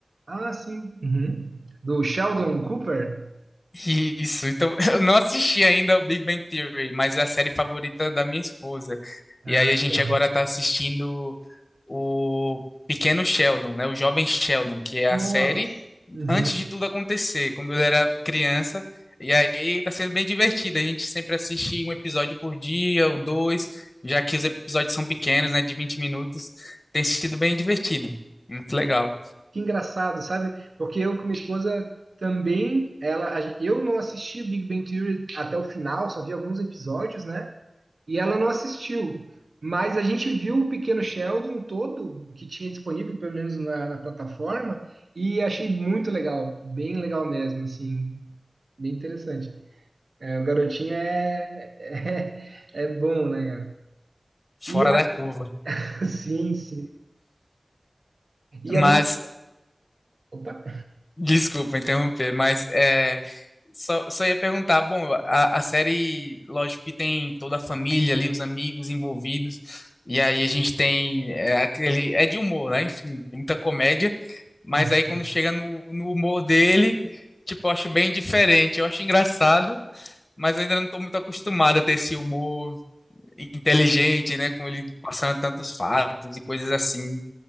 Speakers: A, on the right; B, on the left.
A: Ah, sim. Uhum. Do Sheldon Cooper?
B: Isso, então <laughs> eu não assisti ainda o Big Bang Theory, mas é a série favorita da minha esposa.
A: Ah,
B: E aí a gente
A: legal.
B: agora tá assistindo o Pequeno Sheldon, né? O Jovem Sheldon, que é
A: Nossa.
B: a série.
A: Uhum.
B: antes de tudo acontecer, quando ele era criança. E aí tá sendo bem divertido. A gente sempre assiste um episódio por dia ou dois, já que os episódios são pequenos, né, de 20 minutos. Tem sido bem divertido. Muito legal.
A: Que engraçado, sabe? Porque eu com minha esposa também, ela, a gen- eu não assisti o Big Bang Theory até o final, só vi alguns episódios, né? e ela não assistiu. Mas a gente viu o Pequeno Sheldon todo que tinha disponível, pelo menos na, na plataforma, e achei muito legal, bem legal mesmo, assim, bem interessante. É, o garotinho é, é, é é bom, né, cara?
B: Fora
A: E
B: da curva.
A: a- <laughs> sim, sim. E
B: Mas,
A: além. Opa!
B: desculpa interromper, mas é. Só, só ia perguntar, bom, a, a série, lógico que tem toda a família ali, os amigos envolvidos, e aí a gente tem é, aquele, é de humor, né? Enfim, muita comédia, mas
A: Uhum.
B: aí quando chega no, no humor dele, tipo, eu acho bem diferente, eu acho engraçado, mas eu ainda não estou muito acostumado a ter esse humor inteligente, né? Com ele passando tantos fatos e coisas assim.